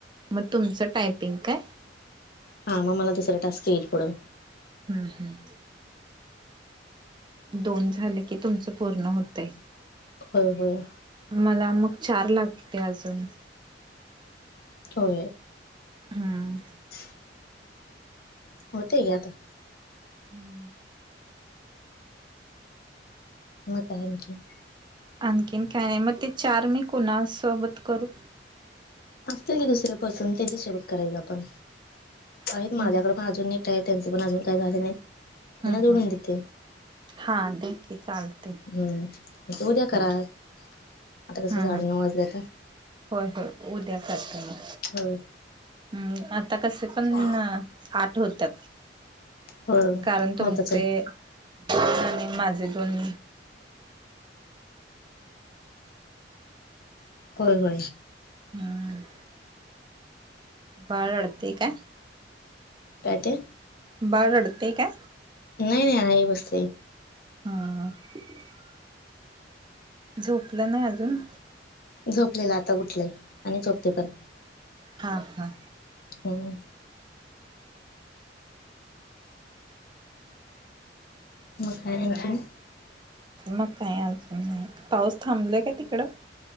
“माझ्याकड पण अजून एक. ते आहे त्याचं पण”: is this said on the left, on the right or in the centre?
Left